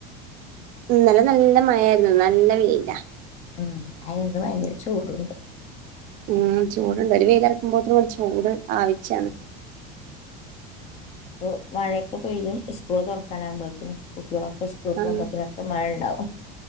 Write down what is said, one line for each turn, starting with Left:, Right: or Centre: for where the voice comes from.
Right: ഇന്നല്ലെ നല്ല മഴായിരുന്നു നല്ല വെയില
Left: ഉം അയിന്ന് ഭയങ്കര ചൂടുണ്ട്
Right: ഉം ചൂടുണ്ട് ഒരു വെയില ഇറക്കുമ്പോത് ഒരു ചൂട് ആവിശാണ്
Left: ഉ അ മഴയൊക്കെ പെയ്യും ഈസ്കൂൾ തുറക്കാനാവകുമ്പോളേക്കും കുട്ടികളൊക്കെടുക്കുമ്പോത്തനൊക്കെ
Right: ആ
Left: മഴയണ്ടാവും